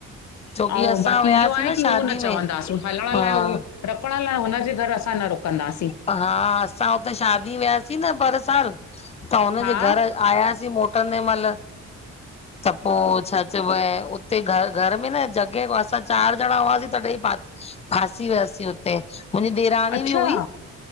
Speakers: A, on the left (about 20°); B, on the left (about 65°).
A: छोकी
B: अऊ
A: असां
B: बाक़ी
A: वियासीं
B: इहो आहे की
A: शादी
B: उहो न चवंदासीं
A: में
B: हलण
A: हा
B: लाए। उह रुकण लाए, हुनजे घर असां न रुकदासीं।
A: हां, असां हुते शादी में वियासीं न पर साल। त हुन,
B: हा
A: जे घर आयासीं मोटंदे मैहल। त पोइ छा। चऊं, उते घर में न जॻह असां चार ॾणा हुआसीं तॾई। फांसी वियासीं, हुते मुंहिंजी ॾेराणी
B: अच्छा
A: बि हुई।